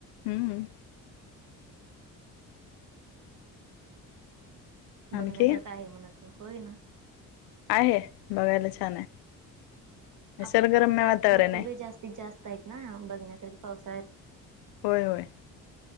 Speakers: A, on the left (about 80°); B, on the right (about 55°).
A: हम्म हम्म
B: बघण्यासारखं
A: आणखी
B: आहे म्हणाच होय ना
A: आहे बघायला छानय निसर्गरम्य
B: आपल्या इथे असे जा
A: वातावरणय.
B: धबधबे जास्तीत जास्त स्तयतना बघण्यासारखे पावसाळ्यात
A: होय होय.